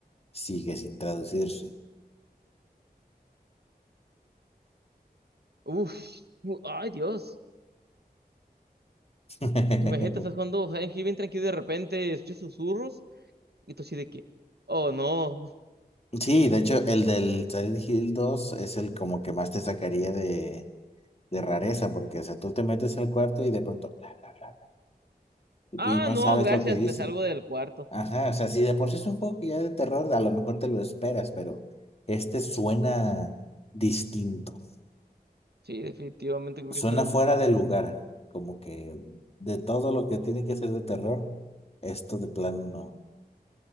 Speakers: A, on the left (about 40°); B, on the right (about 85°).
A: sigue sin traducirse.
B: Uf, u- ay, Dios.
A: <laughs>
B: Imagínate, estás jugando Silent Hill bien tranquilo y de repente escuchas susurros y tú así de que, oh, no.
A: Sí, de hecho, el del Silent Hill dos es el como que más te sacaría de, de rareza, porque, o sea, tú te metes al cuarto y de pronto, bla, bla, bla, bla,
B: Ah,
A: y no
B: no,
A: sabes
B: gracias,
A: lo que dice.
B: me salgo del cuarto.
A: Ajá, o sea, si de por sí es un juego que ya es de terror, a lo mejor te lo esperas, pero este suena distinto.
B: Sí, definitivamente creo
A: Suena
B: que eso necesito.
A: fuera de lugar, como que de todo lo que tiene que ser de terror, esto de plano no.